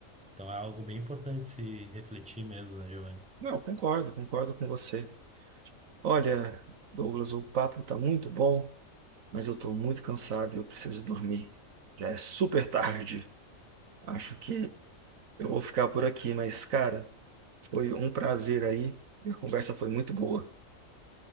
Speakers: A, in the centre; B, on the right (about 85°).
A: Então, é algo bem importante se refletir mesmo, né, Giovanni?
B: Não, concordo, concordo com você. Olha, Douglas, o papo está muito bom, mas eu estou muito cansado e eu preciso dormir. Já é super tarde. Acho que eu vou ficar por aqui, mas, cara, foi um prazer aí. A conversa foi muito boa.